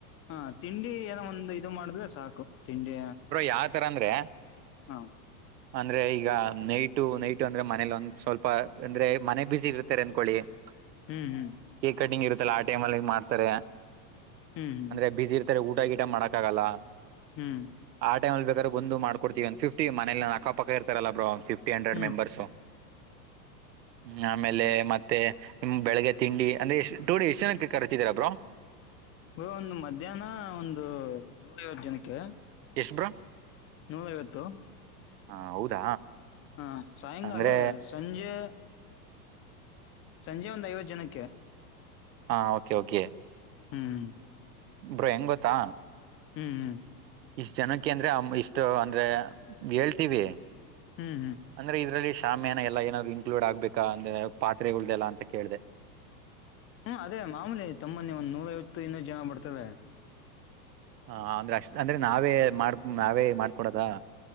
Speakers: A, on the left (about 25°); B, on the right (about 85°).
A: ಹಾ ತಿಂಡಿ ಏನೋ ಒಂದು ಇದು ಮಾಡಿದ್ರೆ ಸಾಕು ತಿಂಡಿ
B: ಬ್ರೋ ಯಾವ ತರ ಅಂದ್ರೆ
A: ಹಾ
B: ಅಂದ್ರೆ ಈಗ ನೈಟು ನೈಟು ಅಂದ್ರೆ ಮನೇಲಿ ಒಂದ್ ಸ್ವಲ್ಪ ಅಂದ್ರೆ ಮನೆ ಬಿಸಿ ಇರ್ತಾರೆ ಅನ್ಕೊಳ್ಳಿ <unintelligible>
A: ಹ್ಮ್ ಹ್ಮ್
B: ಕೇಕ್ ಕಟ್ಟಿಂಗ್ ಇರುತ್ತಲ್ಲ ಆ ಟೈಮ್ಲ್ಲಿ ಮಾಡ್ತಾರೆ
A: ಹ್ಮ್ ಹ್ಮ್
B: ಅಂದ್ರೆ ಬಿಸಿ ಇರ್ತಾರೆ ಊಟ ಗೀಟ ಮಾಡಕಕ್ಕಾಗಲ್ಲ
A: ಹ್ಮ್
B: ಆ ಟೈಮ ಅ ಬೇಕ್ರ ಬಂದು ಮಾಡಕಡ್ತಿವಿ ಒ ಸಿ ಫಿ ಮೇನ ಅಕ್ಕಪಕ್ಕ ಇರ್ತಾರಲ್ಲ ಬ್ರ ಒ್ಫ್ ಟಿ ಹಂಡಂಡ್ರೆಡ್
A: ಹ್ಮ್
B: ಮೆಂಬರ್ಸ್ ಹ್ಮ್ ಆಮೇಲೆ ಮತ್ತೆ ನಿಮ್ ಬೆಳಿಗ್ಗೆ ತಿಂಡಿ ಅಂದ್ರೆ ಎಷ್ಟ್ ಟೂಡಿ ಎಷ್ಟು ಜನಕ್ಕೆ ಕರ್ತಿದರಬ್ರೋ
A: ಒಂದು ಮಧ್ಯಾಹ್ನ ಒಂದು ನೂರ ಐವತ್ತು ಜನಕ್ಕೆ
B: ಎಷ್ಟ ಬ್ರಾ
A: ನೂಲವತ್ತು
B: ಹಾ ಹೌದಾ
A: ಹಾ ಸಾಯಂಕಾಲ
B: ಅಂದ್ರೆ
A: ಅದೇ ಸಂಜೆ ಸಂಜೆ ಒಂದ್ ಐವತ್ತು ಜನಕ್ಕೆ
B: ಹಾ ಓಕೆ ಓಕೆ
A: ಹ್ಮ್
B: ಬ್ರೋ ಹೆಂಗ ಗೊತ್ತಾ
A: ಹ್ಮ್ ಹ್ಮ್
B: ಇಷ್ಟು ಜನಕ್ಕೆ ಅಂದ್ರೆ ಇಷ್ಟು ಅಂದ್ರೆ ಹೇಳ್ತೀವಿ
A: ಹ್ಮ್ ಹ್ಮ್
B: ಅಂದ್ರೆ ಇದ್ರಲ್ಲಿ ಶಾಮ್ಯಾನ ಎಲ್ಲಾ ಏನಾದ್ರೂ ಇನ್ಕ್ಲೂಡ್ ಆಗ್ಬೇಕಾ ಅಂದ್ರೆ ಪಾತ್ರೆಗಳ್ದಲ್ಲಾ ಅಂತ ಕೇಳ್ದೆ.
A: ಹ್ಮ್ ಅದೇ ಮಾಮೂಲಿ ತಮ್ಮನ್ನಿ ಒಂದ್ ನೂರೈವತ್ತು ಇನ್ನೂರು ಜನ ಬರ್ತಾವೆ.
B: ಹ ಅಂದ್ರೆ ಅಷ್ಟ್ ಅಂದ್ರೆ ನಾವೇ ಮಾಡ ನಾವೇ ಮಾಡ್ಕೊಡದ.